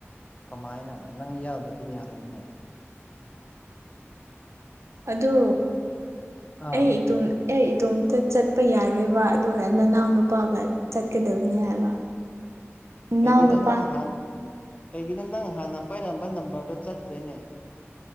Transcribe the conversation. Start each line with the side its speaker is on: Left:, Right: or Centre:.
Left: ꯀꯃꯥꯏꯅ ꯅꯪ ꯌꯥꯎꯗꯗꯤ ꯌꯥꯔꯣꯏꯅꯦ
Right: ꯑꯗꯨ
Left: ꯑꯥ
Right: ꯑꯩ ꯏꯇꯣ ꯑꯦ ꯏꯇꯣꯝꯇ ꯆꯠꯄ ꯌꯥꯔꯣꯏꯕ ꯑꯗꯨꯒ ꯅꯅꯥꯎ ꯅꯨꯄꯥꯒ ꯆꯠꯀꯗꯕꯅꯤ ꯍꯥꯏꯕ ꯅꯅꯥꯎ
Left: ꯀꯩ ꯀꯅ
Right: ꯅꯨꯄꯥ
Left: ꯅ ꯍꯥꯟ ꯀꯩꯒꯤꯅꯣ ꯅꯪ ꯍꯥꯟꯅ ꯄꯥꯏꯔꯝꯕ ꯅꯝꯕꯔꯗꯣ ꯆꯠꯇ꯭ꯔꯦꯅꯦ